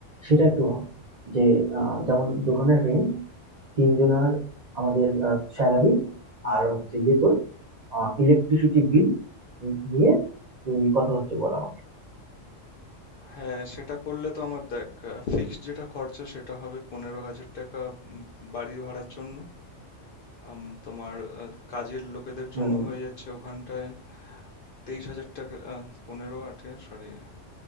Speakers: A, on the right (about 45°); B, on the left (about 60°).
A: সেটা একটু ভাব যে আহ, যেমন দোকানের রেন্ট তিনজনের আমাদের স্যালারি
B: হুম
A: আর হচ্ছে গিয়ে তোর ইলেকট্রিসিটি বিল নিয়ে তুই কথা হচ্ছে বল আমাকে
B: হ্যাঁ সেটা করলে তো আমার দেখ ফিক্সড যেটা খরচা সেটা হবে পনেরো হাজার টাকা উম, বাড়ি ভাড়ার জন্য আম, তোমার আহ, কাজের লোকেদের
A: হুম
B: জন্য হয়ে যাচ্ছে ওখানটায় তেইশ হাজার টাকা আহ, পনেরো আটে সরি